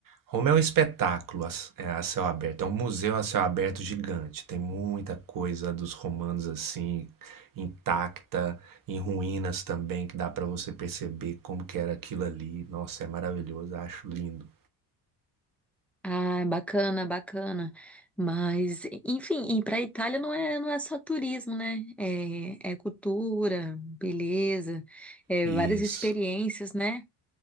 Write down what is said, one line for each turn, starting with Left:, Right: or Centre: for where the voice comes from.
Right: Roma é um espetáculo a, c- é, a céu aberto, é um museu a céu aberto gigante. Tem muita coisa dos romanos assim, intacta, em ruínas também, que dá para você perceber como que era aquilo ali. Nossa, é maravilhoso, acho lindo.
Centre: Ah, bacana, bacana. Mas, enfim, e para a Itália não é, não é só turismo, né? É, é cultura, beleza, é
Right: Isso.
Centre: várias experiências, né?